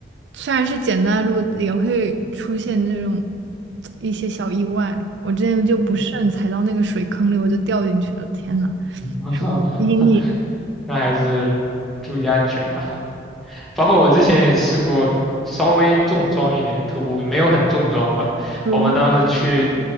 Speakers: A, on the right; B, in the centre.
A: 虽然是简单的路，也会出现这种一些小意外。我之前就不慎踩到那个水坑里，
B: 嗯，
A: 我就掉进去了，天呐，
B: <laughs>
A: 阴影
B: 那还是注意安全吧。包括我之前也试过稍微重装一点徒步，没有很重装吧。
A: 嗯
B: 我们当时去